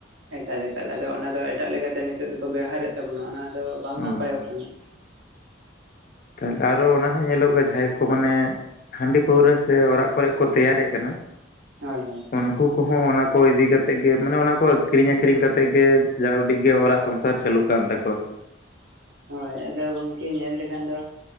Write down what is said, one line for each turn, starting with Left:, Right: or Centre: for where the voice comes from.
Right: ᱮᱠᱟᱞ ᱮᱠᱟᱞ ᱟᱫᱚ ᱚᱱᱟᱫᱚ ᱮᱴᱟᱜ ᱞᱮᱠᱟᱛᱮ ᱱᱤᱛᱚᱜ ᱫᱚᱠᱚ ᱵᱮᱣᱦᱟᱨᱮᱫ ᱛᱟᱵᱚᱱᱟ ᱚᱱᱟ ᱫᱚ ᱵᱟᱝ
Left: ᱦᱳᱭ
Right: ᱱᱟᱯᱟᱭᱚᱜ ᱠᱟᱱᱟ᱾
Left: ᱛᱟᱦᱚᱞᱮ ᱟᱨᱚ ᱚᱱᱟ ᱦᱚᱸ ᱧᱮᱞᱚᱜᱼᱟ, ᱡᱟᱦᱟᱸᱭ ᱠᱚ ᱢᱟᱱᱮ ᱦᱟᱺᱰᱤ ᱯᱟᱹᱣᱨᱟᱹ ᱥᱮ ᱚᱲᱟᱜ ᱠᱚᱨᱮᱮᱫ ᱠᱚ ᱛᱮᱭᱟᱨᱮᱫ ᱠᱟᱱᱟ ᱾
Right: ᱦᱳᱭ ᱦᱳᱭ,
Left: ᱩᱱᱠᱩ ᱠᱚᱦᱚᱸ ᱚᱱᱟ ᱠᱚ ᱤᱫᱤ ᱠᱟ ᱠᱟᱛᱮᱫ ᱜᱮ ᱢᱟᱱᱮ ᱚᱱᱟ ᱠᱚ ᱠᱤᱨᱤᱧ ᱟᱹᱠᱷᱨᱤᱧ ᱠᱟ ᱠᱟᱛᱮᱫ ᱜᱮ ᱡᱟ ᱩᱰᱤᱡᱜ ᱜᱮ ᱚᱲᱟᱜ ᱥᱚᱝ ᱥᱚᱥᱟᱨ ᱪᱟᱹᱞᱟᱜ ᱠᱟᱱ ᱛᱟᱠᱚᱣᱟ᱾
Right: ᱦᱳᱭ ᱟᱫᱚ ᱜᱚᱝᱠᱮ ᱧᱮᱞ ᱞᱮᱠᱷᱟᱱ ᱫᱚ